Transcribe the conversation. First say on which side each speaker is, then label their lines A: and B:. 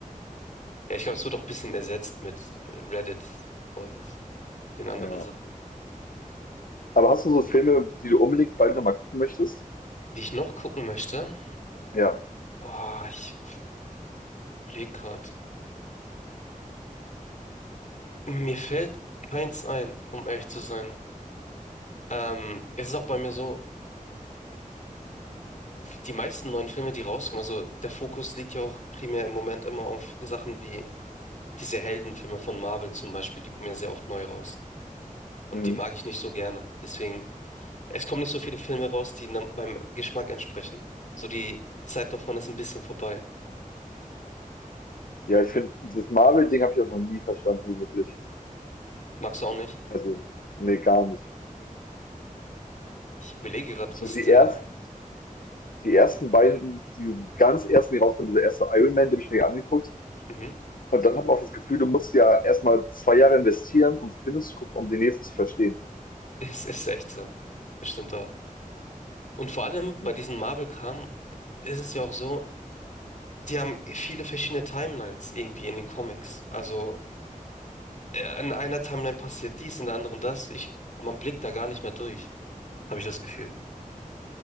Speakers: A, on the left (about 60°); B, on the left (about 75°).
A: ja, ich glaube, es wird auch ein bisschen ersetzt mit äh, Reddit und den anderen
B: Ja.
A: Sachen.
B: Aber hast du so Filme, die du unbedingt bald nochmal gucken möchtest?
A: Die ich noch gucken möchte.
B: Ja.
A: Oh, ich überlege gerade. Mir fällt keins ein, um ehrlich zu sein. Ähm, es ist auch bei mir so, die meisten neuen Filme, die rauskommen, also der Fokus liegt ja auch primär im Moment immer auf Sachen wie diese Heldenfilme von Marvel zum Beispiel, die kommen ja sehr oft neu raus. Und
B: Mhm.
A: die mag ich nicht so gerne. Deswegen, es kommen nicht so viele Filme raus, die na- meinem Geschmack entsprechen. So die Zeit davon ist ein bisschen vorbei.
B: Ja, ich finde, das Marvel-Ding habe ich auch noch nie verstanden, so wirklich.
A: Magst du auch nicht?
B: Also, nee, gar nicht.
A: Ich überlege gerade,
B: So
A: was
B: die
A: der.
B: ersten, die ersten beiden, die ganz ersten, die rauskommen, dieser erste Iron Man, den habe ich mir angeguckt.
A: Mhm. <laughs>
B: Und dann habe ich auch das Gefühl, du musst ja erstmal zwei Jahre investieren, um Filme zu gucken, um den nächsten zu verstehen.
A: Es ist echt so. Das stimmt auch. Und vor allem
B: Hm.
A: bei diesem Marvel-Kram ist es ja auch so, die haben viele verschiedene Timelines irgendwie in den Comics. Also äh, in einer Timeline passiert dies, in der anderen das. Ich, man blickt da gar nicht mehr durch, habe ich das Gefühl.